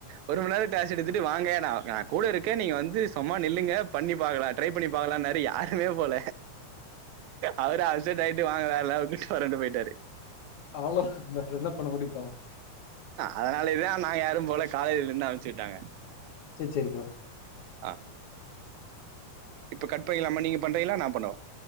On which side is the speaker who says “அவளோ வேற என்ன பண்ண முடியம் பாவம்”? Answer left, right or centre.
Left